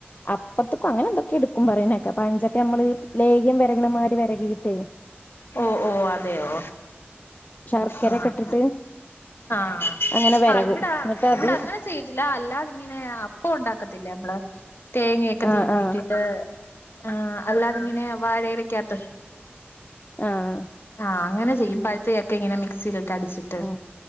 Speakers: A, on the left (about 40°); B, on the left (about 65°).
A: അപ്പത്ത്ക്കോ അങ്ങനെ എന്തൊക്കേ ഇട്ക്കും പറിണേക്ക പയഞ്ചക്ക നമ്മള് ലേഹ്യം വരകണമാതിരി വരകിയിട്ടേ
B: ഓഹ് ഓഹ് അതേയോ?
A: ശർക്കരയൊക്കെ
B: ആഹ്
A: ഇട്ടിട്ട്
B: ആഹ്
A: അങ്ങനെ വെരകും
B: ആഹ് ഇവിടെഅ
A: എന്നിട്ട്
B: ഹ്
A: അത്
B: ഇവിടെ അങ്ങനെ ചെയ്തില്ല അല്ലാതിങ്ങനെ അപ്പ ഉണ്ടാക്കത്തില്ലേ നമ്മള് തേങ്ങയൊക്കെ
A: ആ
B: തിരുമ്മീട്ട്
A: ആ
B: <unintelligible> ആ അല്ലാതി ഇങ്ങനെ വാഴയിലൊക്കകത്ത്.
A: ആഹ്
B: ആഹ് അങ്ങനെ ചെയ്യും പഴുത്തചക്ക ഇങ്ങനെ മിക്സിയിലിട്ട് അടിച്ചിട്ട്
A: ആ